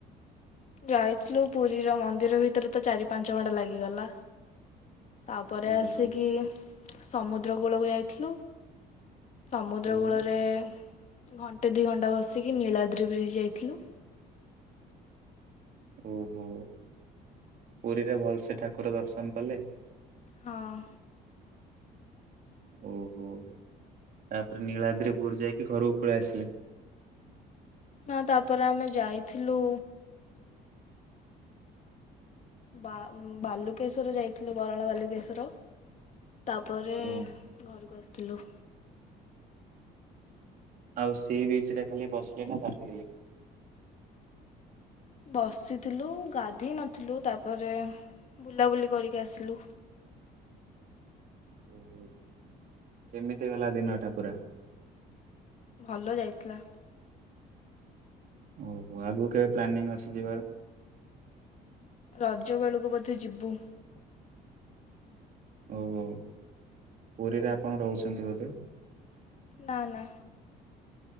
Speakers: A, on the left; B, on the right.
A: ଯାଇଥିଲୁ ପୁରୀର ମନ୍ଦିର ଭିତରେ ତ ଚାରି ପାଞ୍ଚ ଘଣ୍ଟା ଲାଗିଗଲା। ତାପରେ ଆସିକି
B: ଓହୋ
A: ସମୁଦ୍ର କୂଳକୁ ଯାଇଥିଲୁ। ସମୁଦ୍ର
B: ହୁଁ
A: କୂଳରେ ଘଣ୍ଟେ ଦି ଘଣ୍ଟା ବସିକି ନୀଳାଦ୍ରି ବ୍ରିଜ ଯାଇଥିଲୁ।
B: ଓହୋ ପୁରୀରେ ଭଲସେ ଠାକୁର ଦର୍ଶନ କଲେ?
A: ହଁ।
B: ଓହୋ ତାପରେ ନୀଳାଦ୍ରିପୁର ଯାଇକି ଘରକୁ ପଳେଇ ଆସିଲେ।
A: ହ ତାପରେ ଆମେ ଯାଇଥିଲୁ ବା ବାଲୁକେସ୍ୱର ଯାଇଥିଲୁ ବରାଳା ବାଲୁକେଶ୍ଵର ତାପରେ
B: ଓ
A: ଘରକୁ ଆସିଥିଲୁ।
B: ଆଉ ସି ବିଚ ରେ ଖାଲି ବସିଲେ ନା ଗାଧେଇଲେ।
A: ବସିଥିଲୁ ଗାଧୋଇ ନଥିଲୁ ତାପରେ ବୁଲାବୁଲି କରିକି ଆସିଲୁ।
B: ଓହୋ କେମିତି ଗଲା ଦିନ ଟା ପୁରା?
A: ଭଲ ଯାଇଥିଲା।
B: ଓହୋ ଆଗକୁ କେବେ ପ୍ଲାନିଂ ଅଛି ଯିବାର?
A: ରଜ ବେଳକୁ ବୋଧେ ଯିବୁ।
B: ଓହୋ ପୁରୀରେ ଆପଣ ରହୁଛନ୍ତି ବୋଧେ?
A: ନା ନା।